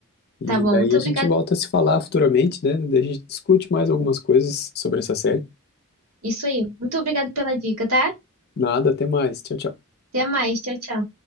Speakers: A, on the left (about 45°); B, on the right (about 70°).
A: E
B: Tá bom?
A: daí
B: Muito
A: a
B: obrigada.
A: gente volta a se falar futuramente, né? Daí a gente discute mais algumas coisas sobre essa série.
B: Isso aí. Muito obrigada pela dica, tá?
A: Nada, até mais. Tchau, tchau.
B: Até mais. Tchau, tchau.